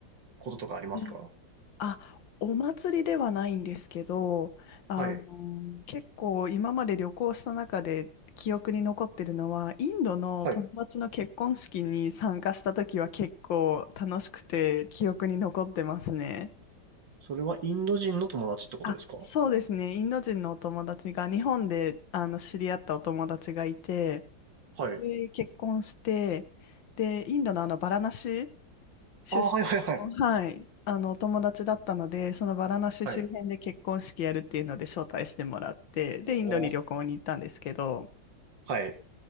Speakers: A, on the right; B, on the left.
A: こととかありますか
B: ええあ、お祭りではないんですけど、あの、
A: はい。
B: 結構今まで旅行した中で記憶に残ってるのは、インドの友達の結婚式に参加した時は結構楽しくて記憶に残ってますね。
A: はい。それはインド人の友達ってことですか
B: あ、そうですね。インド人のお友達が日本であの知り合ったお友達がいて、
A: はい。
B: で、結婚して、で、インドのあの、バラナシ出身の、
A: ああ、はいはいはい。
B: はい、あの、お友達だったので、そのバラナシ周辺で結婚式やるっていうので招待してもらって、
A: はい。
B: で、
A: おお、
B: インドに旅行に行ったんですけど、
A: はい。